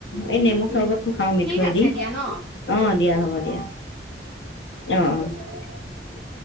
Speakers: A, on the left (about 80°); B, in the centre.
A: এই নেমু চৰ্বতটো
B: উম
A: খাওঁ মিঠৈ
B: ঠিক আছে
A: দি
B: দিয়া ন
A: অ দিয়া হ'ব দিয়া অ অ